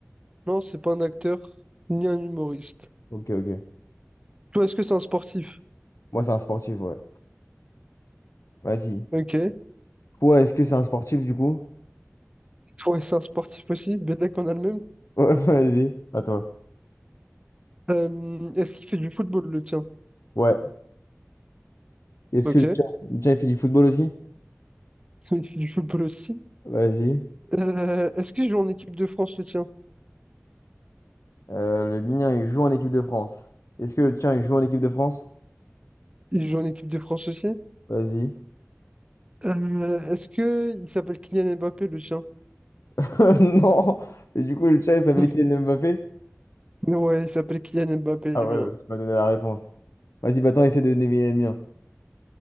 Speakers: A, on the right (about 20°); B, on the left (about 75°).
A: Non, c'est pas un acteur ni un humoriste.
B: Ok, ok.
A: Toi, est-ce que c'est un sportif?
B: Moi, c'est un sportif, ouais. Vas-y.
A: Ok.
B: Toi, est-ce que c'est un sportif, du coup?
A: Ouais, c'est un sportif aussi, bien d'accord, on a le même.
B: Ouais, <laughs> vas-y. À toi.
A: Euh, est-ce qu'il fait du football, le tien?
B: Ouais. Est-ce
A: Ok.
B: que le
A: <laughs>
B: tien, le tien, il fait du football aussi?
A: Il fait du football aussi.
B: Vas-y.
A: Euh, est-ce qu'il joue en équipe de France, le tien?
B: Euh, le mien, il joue en équipe de France. Est-ce que le tien, il joue en équipe de France?
A: Il joue en équipe de France aussi.
B: Vas-y.
A: Euh, est-ce que il s'appelle Kylian Mbappé, le tien?
B: <laughs> Non. Et du coup, le chat, il s'appelle
A: <laughs>
B: Kylian Mbappé?
A: Hmm. Ouais, il s'appelle Kylian Mbappé,
B: Ah
A: le
B: ouais,
A: mien.
B: ouais, tu m'as donné la réponse. Vas-y, maintenant, essaie de deviner le mien.